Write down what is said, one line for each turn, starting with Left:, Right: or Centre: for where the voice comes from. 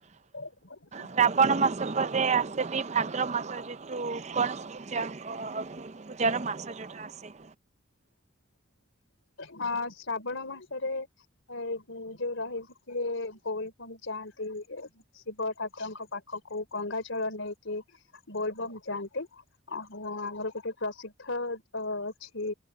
Left: ହଁ
Right: ଶ୍ରାବଣ ମାସ ପରେ ଆସେ ବି ଭାଦ୍ର ମାସ ଯେହତୁ କୌଣସି ପୂଜା ପୂଜାର ମାସ ଯୋଉଟା ଆସେ।
Left: ହଁ ଶ୍ରାବଣ ମାସରେ ଏ ଯୋଉ ରହିଚି କିଏ ବୋଲଭମ ଯାଆନ୍ତି। ଶିବ ଠାକୁରଙ୍କ ପାଖକୁ ଗଙ୍ଗା ଜଳ ନେଇକି ବୋଲବମ୍ ଯାଆନ୍ତି। ଓହୋ ଆମର ଗୋଟେ ପ୍ରସିଦ୍ଧ ଅ ଅଛି